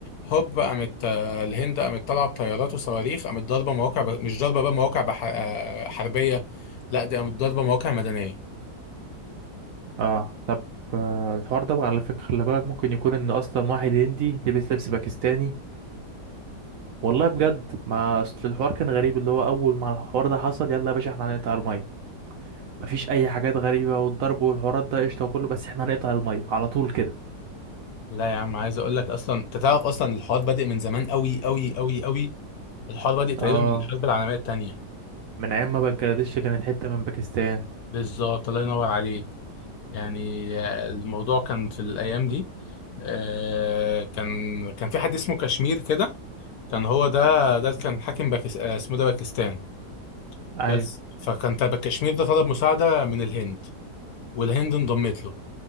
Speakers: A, on the left; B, on the right.
A: هوب قامت آه، الهند قامت طالعه بطيارات وصواريخ قامت ضاربه مواقع ب... مش ضاربه بقى مواقع بح... آه، حربيه لا دي قامت ضاربه مواقع مدنيه
B: اه طب آه الحوار ده بقى على فكرة خلي بالك ممكن يكون إن أصلا واحد هندي لبس لبس باكستاني والله بجد ما أصل الحوار كان غريب اللي هو أول ما الحوار ده حصل يلا يا باشا احنا هنقطع المية مفيش اي حاجات غريبه والضرب والحوارات ده قشطه وكله بس احنا هنقطع الميه على طول كده
A: لا يا عم عايز اقول لك اصلا انت تعرف اصلا الحوار بادئ من زمان قوي قوي قوي قوي الحوار بادئ تقريبا
B: اه
A: من الحرب العالميه الثانيه
B: من ايام ما بنجلاديش كانت حته من باكستان
A: بالظبط الله ينور عليك يعني آه، الموضوع كان في الأيام دي آه، كان كان في حد اسمه كشمير كده كان هو ده ده اللي كان حاكم باكس... آه، اسمه ده باكستان
B: ايوه
A: بس فكان تبع كشمير ده طلب مساعدة من الهند والهند انضمت له